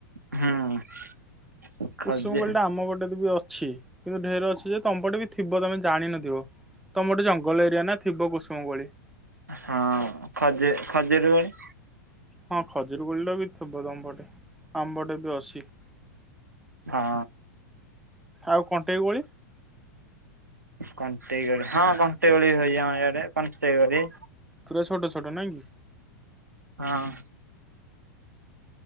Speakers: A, on the right; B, in the centre.
A: ହୁଁ। ଖଜେ
B: କୁସୁମ କୋଳି ଟା ଆମ ଗଟେ ବି ଅଛି କିନ୍ତୁ ଢେର ଅଛି ଯେ ତମପଟେ ବି ଥିବ ତମେ ଜାଣିନଥିବ ତମର ଗୋଟେ ଜଙ୍ଗଲ ଏରିଆ ନା ଥିବ କୁସୁମ କୋଳି।
A: ହଁ ଖଜ ଖଜିରି କୋଳି?
B: ହଁ। ଖଜୁରି କୋଳିଟା ବି ଥିବ ତମ ପଟେ ଆମ ପଟେ ବି ଅଛି।
A: ହଁ
B: ଆଉ କଣ୍ଟେଇ କୋଳି?
A: କଣ୍ଟେଇ କୋଳି ହଁ କଣ୍ଟେଇ କୋଳି ହୋଇଚି ଆମ ଇଆଡେ କଣ୍ଟେଇ କୋଳି।
B: ପୁରା ଛୋଟ ଛୋଟ ନାଇଁ କି।
A: ହଁ।